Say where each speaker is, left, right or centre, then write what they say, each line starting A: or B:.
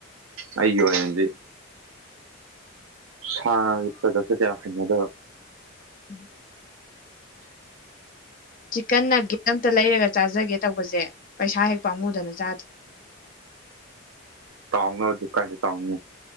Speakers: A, on the right (about 85°); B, on the left (about 40°).
A: ꯑꯩꯒꯤ ꯑꯣꯢꯅꯗꯤ ꯁꯥ ꯉꯥꯒꯤ ꯄ꯭ꯔꯗꯛꯁꯦ ꯀꯌꯥ ꯍꯩꯅꯗꯕ
B: ꯎꯝ ꯆꯤꯛꯀꯟꯅ ꯒꯤꯞ ꯑꯝꯇ ꯂꯩꯔꯒ ꯆꯥꯖꯒꯦ ꯇꯧꯕꯖꯦ ꯄꯩꯁꯥ ꯍꯦꯛ ꯄꯥꯃꯨꯗꯅ ꯆꯥꯗꯦ
A: ꯇꯥꯎꯅꯕꯗꯤ ꯀꯥꯢꯗꯩ ꯇꯥꯎꯅꯤ